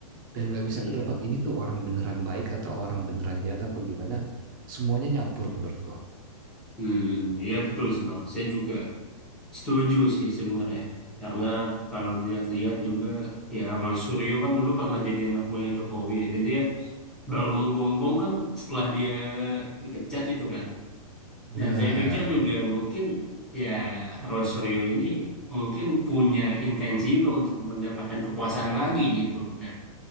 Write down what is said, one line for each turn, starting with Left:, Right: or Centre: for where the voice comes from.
Right: Dan nggak bisa
Centre: iya.
Right: ketebak ini tuh orang beneran baik atau orang beneran jahat apa gimana. Semuanya nyampur menurutku.
Centre: Hmm, iya betul sih bang. Saya juga setuju sih sebenarnya. Karena kalau dilihat-lihat juga ya Roy Suryo kan dulu pernah jadi anak buah Jokowi ya. Dan dia baru menggonggong kan setelah dia dipecat itu kan.
Right: Benar.
Centre: Dan saya pikir juga mungkin ya Rosario ini mungkin punya intensi juga untuk mendapatkan kekuasaan lagi gitu. Nah,